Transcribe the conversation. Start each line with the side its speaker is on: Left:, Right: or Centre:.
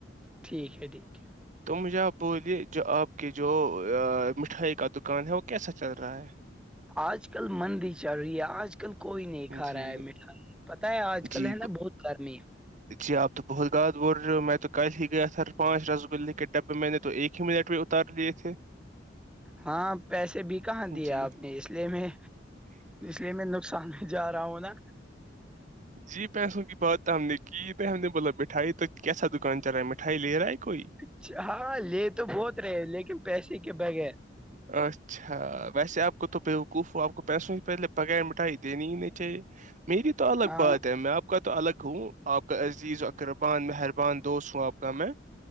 Centre: ٹھیک ہے ٹھیک ہے
Right: تو مجھے آپ بولیے جو آپ کی جو مٹھائی کا دکان ہے وہ کیسا چل رہا ہے
Centre: آج کل مندی چل رہی ہے آج کل آج کل کوئی نہیں کھا
Right: جی
Centre: رہا ہے میٹھا پت ہے آج کل
Right: جی
Centre: ہے نا بہت گرمی
Right: جی آپ تو بہت غاتاز بول رہے ہو میں تو کل ہی گیا تھار پانچ رس گلے کے ڈبے میں نے تو ایک ہی منٹ میں ترلی تھے
Centre: ہاں پیسے بھی کہاں دے
Right: جی
Centre: آپ نے اس لیے میں یہ میں نقصان بھی جا رہا ہوں نا
Right: جی پیسوں کی بات ہم نے کی بائی ہم نے بولا مٹھائی تو کیسا دکان چلا ہے مٹھائی لے رہا ہے کوئی
Centre: اچ ہاں لے تو بہت رہے لیکن پیسے کے بغیر
Right: اچھا ویسے آپ کو تو بےوقوف ہو آپ کو پیسوں ہی پہلے بغیر مٹھائی دینی ہی نہیں چاہیے میری تو الگ
Centre: ہاں
Right: بات ہے میں آپ کا تو الگ ہوں آپ کا عزیز و قربان مہربان دوست ہوں آپ کا میں